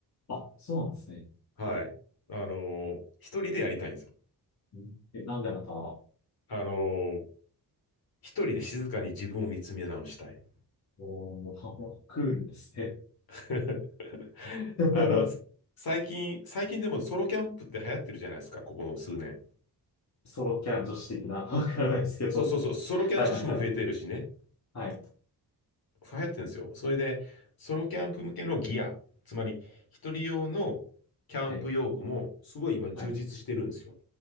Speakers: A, on the left; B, on the left.
A: あ、そうなんですね。
B: はい。あのー一人でやりたいんですよ。
A: うんえ、なんでまた、
B: あのー一人で静かに自分を見つめ直したい。
A: おー、<laughs> クールですね。
B: <laughs>
A: <laughs>
B: あの、最近、最近でもソロキャンプって流行ってるじゃないですか、ここの数年。
A: ソロキャン女子的な、<laughs> わからないですけど。
B: そうそうそう、ソロキャン女子も増えてるしね。
A: はいはいはい。はい。
B: 流行ってるんですよ。それで、ソロキャンプ向けのギア、つまり一人用のキャンプ用具もすごい今充実してるんですよ。
A: はい。はい。